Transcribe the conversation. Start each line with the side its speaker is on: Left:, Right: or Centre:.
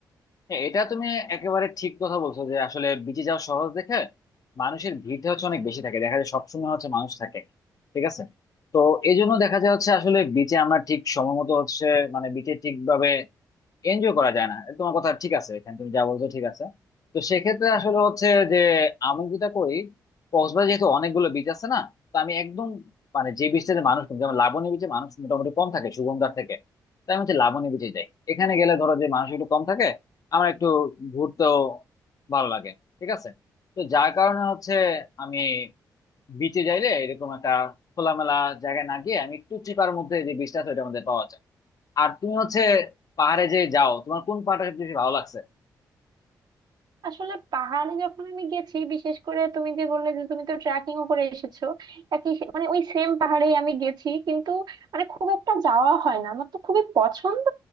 Left: হ্যাঁ এটা তুমি একেবারে ঠিক কথা বলছো যে আসলে বিচে যাওয়া সহজ দেখে মানুষের ভিড়টা হচ্ছে অনেক বেশি থাকে দেখা যায় সবসময় হচ্ছে মানুষ থাকে ঠিক আছে তো এই জন্য দেখা যায় হচ্ছে আসলে বিচে আমরা ঠিক সময় মতো হচ্ছে মানে বিচে ঠিকভাবে এনজয় করা যায় না তোমার কথা ঠিক আছে এখানে তুমি যা বলছো ঠিক আছে তো সেক্ষেত্রে আসলে হচ্ছে যে আমি যেটা করি কক্সবাজার যেহেতু অনেকগুলো বিচ আছে না তো আমি একদম মানে যে বিচটা যে মানুষ কম, যেমন লাবণী বিচে মানুষ মোটামুটি কম থাকে সুগন্ধার থেকে তাই আমি হচ্ছে লাবণী বিচে যাই এখানে গেলে ধরো যে মানুষ একটু কম থাকে আমার একটু ঘুরতেও ভালো লাগে ঠিক আছে তো যার কারণে হচ্ছে আমি বিচে যাইলে এরকম একটা খোলামেলা জায়গায় না গিয়ে আমি একটু চিপার মধ্যে যে বিচটা আছে ওইটার মধ্যে পাওয়া যায় আর তুমি হচ্ছে পাহাড়ে যে যাও তোমার কোন পাহাড়টা সবচেয়ে বেশি ভালো লাগছে
Right: আসলে পাহাড়ে যখন আমি গেছি বিশেষ করে তুমি যে বললে যে তুমি তো ট্রেকিং ও করে এসেছো একই সে- মানে ওই সেম পাহাড়েই আমি গেছি কিন্তু মানে খুব একটা যাওয়া হয় না আমার তো খুবই পছন্দ